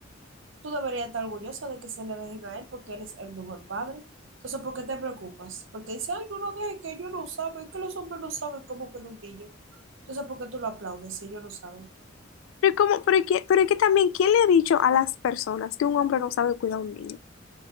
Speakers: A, on the right (about 70°); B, on the left (about 80°).
A: Tú deberías estar orgullosa de que se le dejen a él porque él es el mejor padre. Entonces, ¿por qué te preocupas? Porque dice, ay, no lo dejes, que ellos no saben, que los hombres no saben cómo cuidar un niño. Entonces, ¿por qué tú lo aplaudes si ellos no saben?
B: Pero, ¿cómo? Pero, es que- pero es que también, ¿quién le ha dicho a las personas que un hombre no sabe cuidar a un niño?